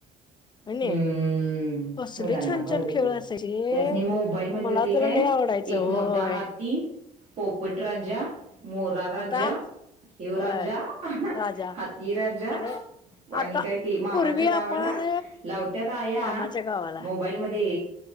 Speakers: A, on the left; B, on the right.
A: आणि
B: हम्म
A: कसले
B: मुलांना
A: छान
B: कळत
A: छान खेळ असायचे
B: त्यासनी मोबाईल मधलं
A: मला
B: ते
A: तर
B: काय.
A: लय आवडायचं
B: एक
A: होय
B: मोठा हाती पोपट राजा मोरा राजा
A: आता
B: हिवरा.
A: होय
B: जा
A: राजा
B: हतीराजा.
A: नव्हे
B: आणि
A: आता
B: कायती मामाच्या
A: पूर्वी आपण
B: गावाला लावत्यात आया
A: मामाच्या गावाला
B: मोबाईल मधी.